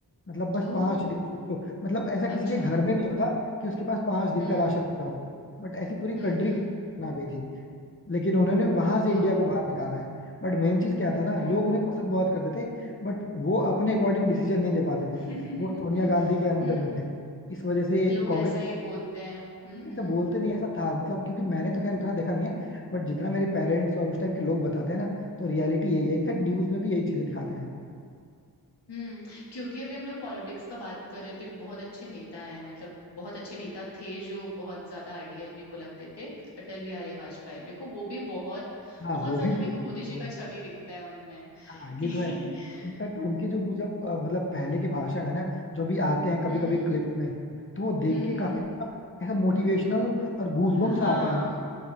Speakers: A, on the left; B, on the left.
A: मतलब बस
B: ओह
A: पांच दिन सोचो मतलब ऐसा किसी
B: अच्छा
A: के घर में नहीं होता कि उसके पास पांच दिन
B: हम्म
A: का राशन बचा हो बट ऐसी पूरी कंट्री
B: हम्म हम्म
A: की situation आ गई थी लेकिन उन्होंने वहां से इंडिया
B: ओह
A: को बाहर निकाला है बट मेन चीज क्या था ना
B: हम्म
A: लोग उन्हें पसंद बहुत करते थे बट वो अपने अकॉर्डिंग डिसीजन नहीं ले पाते थे
B: <laughs>
A: वो सोनिया गांधी के अंदर
B: हम्म
A: में थे इस वजह से
B: लोग
A: कांग्रेस
B: ऐसा ही बोलते हैं हम्म
A: ये सब
B: हम्म
A: बोलते नहीं ऐसा था मतलब क्योंकि मैंने तो खैर उतना देखा नहीं है बट जितना मेरे पेरेंट्स और उस टाइम के लोग बताते हैं ना तो रियलिटी यही है इनफैक्ट न्यूज में भी यही चीजें दिखाते हैं
B: हम्म क्योंकि अभी हम लोग पॉलिटिक्स का बात कर रहे थे एक बहुत अच्छे नेता हैं मतलब बहुत अच्छे नेता थे जो बहुत ज्यादा आइडियल मेरे को लगते थे अटल बिहारी वाजपेयी मेरे को वो भी बहुत
A: हाँ
B: बहुत
A: वो
B: ज्यादा
A: भी मुझे
B: मेरे को
A: पसंद
B: मोदी
A: है
B: जी
A: बहुत ज्यादा
B: का छवि दिखता है उनमें
A: हाँ ये
B: कि
A: तो है इनफैक्ट
B: <laughs> हम्म
A: उनके जो मुझे अ, मतलब पहले के भाषण है ना जो भी आते हैं कभी
B: हम्म
A: कभी क्लिप्स में तो वो देख
B: हम्म
A: के काफी मतलब ऐसा मोटिवेशनल और गूजबम्स
B: हाँ
A: आता है अंदर